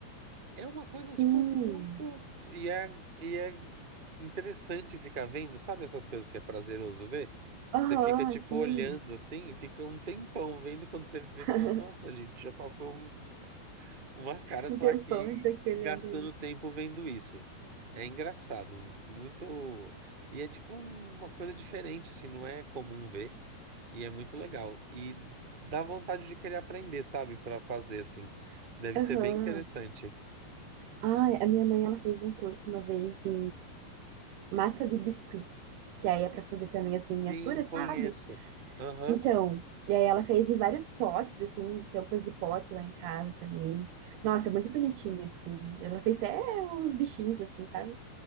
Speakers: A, on the right (about 40°); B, on the right (about 80°).
A: É uma coisa,
B: Sim.
A: tipo, muito. E é, e é interessante ficar vendo, sabe essas coisas que é prazeroso ver?
B: Aham,
A: Você fica tipo
B: sim.
A: olhando assim, fica um tempão vendo quando você vê,
B: <laughs>
A: fala, nossa, gente, já passou um- uma cara,
B: Um
A: tô
B: tempão
A: aqui
B: eu tô aqui olhando
A: gastando
B: ainda.
A: tempo vendo isso. É engraçado, muito. E é tipo uma coisa diferente, assim, não é comum ver, e é muito legal. E dá vontade de querer aprender, sabe, pra fazer assim. Deve
B: Aham.
A: ser bem interessante.
B: Ah, a minha mãe ela fez um curso uma vez de massa de biscuit, que aí é para fazer também as miniaturas,
A: Sim, conheço.
B: sabe?
A: Aham.
B: Então, e aí ela fez de vários potes, assim, tampas de pote lá em casa também. Nossa, muito bonitinho, assim. Ela fez até uns bichinhos, assim, sabe?